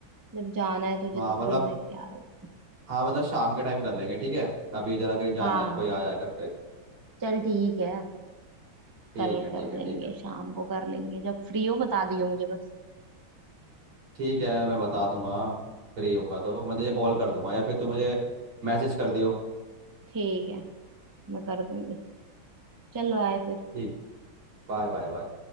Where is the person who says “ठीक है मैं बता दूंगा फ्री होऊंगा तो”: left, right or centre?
Right